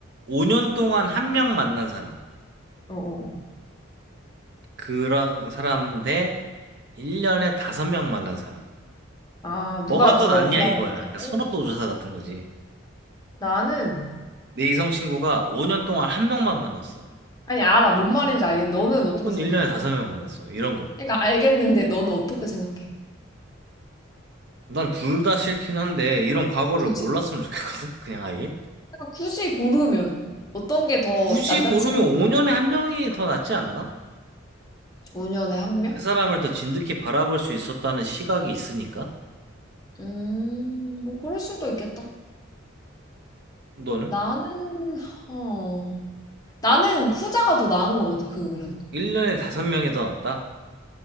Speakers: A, on the right; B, on the left.
A: 5년 동안 한 명 만난 사람.
B: 어, 어, 어.
A: 그런 사람 대 1년에 다섯 명 만난 사람.
B: 아,
A: 뭐가
B: 누가
A: 더
B: 더
A: 낫냐
B: 그 다음에
A: 이거야.
B: 낫냐고?
A: 그러니까 선호도 조사 같은 거지.
B: 나는
A: 내 이성 친구가 5년 동안 한 명만 만났어.
B: 아니, 알아. 뭔 말인지 알겠.
A: 어.
B: 너는 어떻게
A: 혹은
B: 생각하는데?
A: 1년에 다섯 명 만났어. 이런 거.
B: 그러니까 알겠는데 너는 어떻게 생각해?
A: 난 둘 다 싫긴 한데 이런 과거를
B: 굳이.
A: 몰랐으면 좋겠거든. 그냥 아예.
B: 그러니까 굳이 고르면 어떤 게 더
A: 굳이
B: 남자친구
A: 고르면 5년에 한 명이 더 낫지 않나?
B: 5년에 한 명?
A: 그 사람을 더 진득히 바라볼 수 있었다는 시각이 있으니까?
B: 음, 뭐 그럴 수도 있겠다.
A: 너는?
B: 나는 어. 나는 후자가 더 나은 것 같아. 그 그래도.
A: 1년에 5명이 더 낫다?